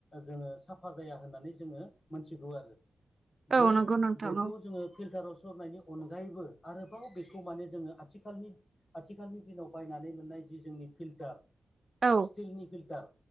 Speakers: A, on the left (about 30°); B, on the right (about 35°).
A: जोङो साफा जाया होननानै जोङो मोनथिगौ आरो
B: औ
A: बे
B: नंगौ नोंथां
A: बेखौ
B: औ
A: जोङो फिल्टाराव सरनायनि अनगायैबो आरोबाव बे खौ माने जोङो आथिखालनि आथिखालनि दिनाव बायनानै मोननाय जि जोंनि फिल्टार
B: औ
A: स्टिलनि फिल्टार